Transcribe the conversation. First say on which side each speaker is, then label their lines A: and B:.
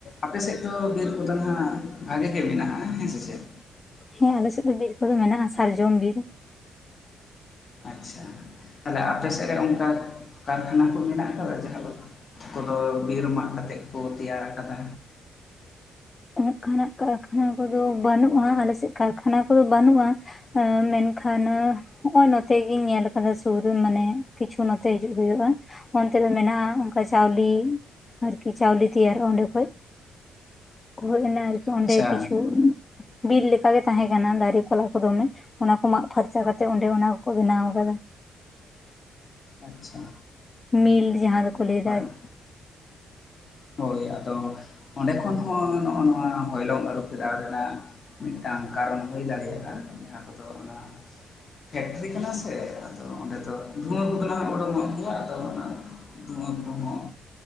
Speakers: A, on the left (about 50°); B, on the left (about 35°).
A: ᱟᱯᱮ ᱥᱮᱫ ᱫᱚ ᱵᱤᱨ ᱠᱚᱫᱚ ᱱᱷᱟᱜ ᱵᱷᱟᱜᱮ ᱜᱮ ᱢᱮᱱᱟᱜᱼᱟ, ᱦᱮᱸ ᱥᱮ ᱪᱮᱜ?
B: ᱦᱮᱸ ᱟᱞᱮ ᱥᱮᱫ ᱫᱚ ᱵᱤᱨ ᱠᱚᱫᱚ ᱢᱮᱱᱟᱜᱼᱟ ᱥᱟᱨᱡᱚᱢ ᱵᱤᱨ ᱾
A: ᱟᱪᱪᱷᱟ ᱛᱟᱦᱞᱮ ᱟᱯᱮ ᱥᱮᱫ ᱨᱮ ᱚᱱᱠᱟ ᱠᱟᱨᱠᱷᱟᱱᱟ ᱠᱚ ᱢᱮᱱᱟᱜ ᱟᱠᱟᱫᱟ, ᱡᱟᱦᱟᱸ ᱫᱚ ᱠᱚᱫᱚ ᱵᱤᱨ ᱢᱟᱜ ᱠᱟᱛᱮᱜ ᱠᱩ ᱛᱮᱭᱟᱨ ᱠᱟᱫᱟ᱾
B: ᱚᱱᱠᱟᱱᱟᱜ ᱠᱟᱨᱠᱷᱟᱱᱟ ᱠᱚᱫᱚ ᱵᱟᱱᱩᱜᱼᱟ, ᱟᱞᱮᱥᱮᱫ ᱠᱟᱨᱠᱷᱟᱱᱟ ᱠᱚᱫᱚ ᱵᱟᱱᱩᱜᱼᱟ᱾ ᱟᱹ ᱢᱮᱱᱠᱷᱟᱱ ᱱᱟᱹ ᱦᱚᱜᱼᱚᱭ ᱱᱚᱛᱮ ᱜᱤᱧ ᱧᱮᱞ ᱟᱠᱟᱫᱟ ᱥᱩᱨ ᱨᱮ ᱢᱟᱱᱮ, ᱠᱤᱪᱷᱩ ᱱᱚᱛᱮ ᱦᱤᱡᱩᱜ ᱦᱩᱭᱩᱜᱼᱟ᱾ ᱚᱱᱛᱮ ᱨᱮ ᱢᱮᱱᱟᱜᱼᱟ, ᱚᱱᱠᱟ ᱪᱟᱣᱞᱤ ᱟᱨᱠᱤ ᱪᱟᱣᱞᱤ ᱛᱮᱭᱟᱨᱚᱜᱼᱟ ᱚᱸᱰᱮ ᱠᱷᱚᱡᱼᱼ ᱦᱳᱭ ᱮᱱᱟ ᱟᱨᱠᱤ
A: ᱟᱪᱪᱷᱟ
B: ᱚᱸᱰᱮ ᱠᱤᱪᱷᱩ ᱵᱤᱨ ᱞᱮᱠᱟ ᱜᱮ ᱛᱟᱦᱮᱸ ᱠᱟᱱᱟ ᱫᱟᱨᱮ ᱯᱟᱞᱟ ᱠᱚ ᱫᱚᱢᱮ, ᱚᱱᱟ ᱠᱚ ᱢᱟᱜ ᱯᱷᱟᱨᱪᱟ ᱠᱟᱛᱮ ᱚᱸᱰᱮ ᱚᱱᱟ ᱠᱚᱠᱚ ᱵᱮᱱᱟᱣ ᱟᱠᱟᱫᱟ᱾
A: ᱟᱪᱪᱷᱟ
B: ᱢᱤᱞ ᱡᱟᱦᱟᱸ
A: ᱟᱹᱰᱤ
B: ᱫᱚ ᱠᱚ
A: ᱱᱟᱯᱟᱭ
B: ᱞᱟᱹᱭ ᱮᱫᱟ ᱟᱨᱠᱤ᱾
A: ᱦᱳᱭ ᱟᱫᱚ ᱚᱸᱰᱮ ᱠᱷᱚᱱ ᱦᱚᱸ ᱱᱚᱜᱼᱚ ᱱᱚᱣᱟ ᱦᱚᱭᱞᱚᱝ ᱟᱹᱨᱩ ᱯᱷᱮᱨᱟᱣ ᱨᱮᱱᱟᱜ ᱢᱤᱫᱴᱟᱱ ᱠᱟᱨᱚᱱ ᱦᱩᱭ ᱫᱟᱲᱮᱭᱟᱜᱼᱟ᱾ ᱡᱟᱦᱟᱸ ᱠᱚ ᱫᱚ ᱚᱱᱟ ᱯᱷᱮᱠᱴᱨᱤ ᱠᱟᱱᱟ ᱥᱮ ᱟᱫᱚ ᱚᱸᱰᱮ ᱫᱚ ᱫᱷᱩᱶᱟᱹ ᱠᱚᱫᱚ ᱱᱟᱜ ᱩᱰᱩᱠᱚᱜ ᱜᱮᱭᱟ᱾ ᱟᱫᱚ ᱚᱱᱟ ᱫᱷᱩᱶᱟᱹ ᱠᱚ ᱦᱚᱸ